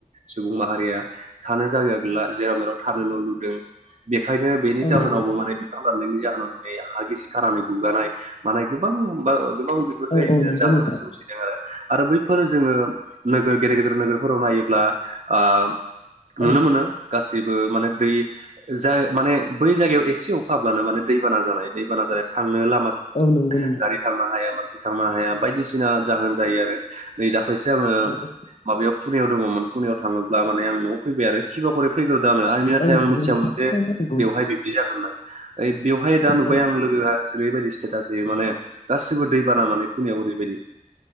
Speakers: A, on the right; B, on the left.
A: सुबुं माहारिया थानो जायगा गैला, जेराव मेराव थानो न' लुदों। बे खायनो बेनि
B: औ
A: जाहोनावबो
B: नंगौ
A: माने बिफां दाननायनि जाहोनाव दिनै हा गिसि खानानै गुगानाय मानाय बां बा गोबां बेफोरबायदिनो
B: औ औ नंगौ
A: जाहोना
B: नोंथां
A: सोमजिदों आरो। आरो बैफोर जोङो नोगोर गेदेर गेदेर नोगोरफोराव नायोब्ला ओ नुनो
B: औ
A: मोनो गासि बो माने दै जाय माने बै जायगायाव एसे अखा हाब्लानो माने दैबाना जानाय दै बाना जानाय‌ थांनो लामा
B: औ नंगौ नंगौ
A: गारि थांनो हाया मानसि थांनो हाया बायदिसिना जाहोन जायो आरो नै दाख्लैसो आङो
B: औ औ
A: माबायाव पुनायाव दङ'मोन पुनियाव थाङोब्ला माने आं न'आव फैबाय आरो खिबारि फैग्रो <unintelligible> आरमि नाथाय
B: औ
A: आं
B: नंगौ
A: मिथियामोन
B: नोंथां
A: जे
B: थारैनो नंगौ
A: बेवहाय बिबदि जागोन होननानै। ओ बेवहाय दा
B: नोंथां
A: नुबाय आं लोगो जेरैबायदि स्टेटास होयो माने गासिबो दैबाना माने फुनियाव ओरैबायदि।